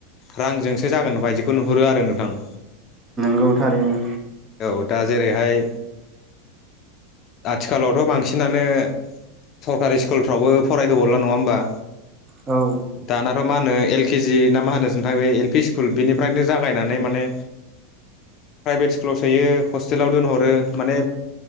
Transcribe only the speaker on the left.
रांजोंसो जागोन बायदिखौ नुहुरो आरो नोंथां
औ दा जेरैहाय आथिखालावथ' बांसिनानो सरकारि स्कुलफ्रावबो फरायहोबावला नङा होमबा?
दानाथ' मा होनो एल के जि ना मा होनो नोंथां बे एल पि स्कुल बेनिफ्रायनो जागायनानै माने
प्राइभेट स्कुलाव सोयो हस्टेलाव दोनहरो माने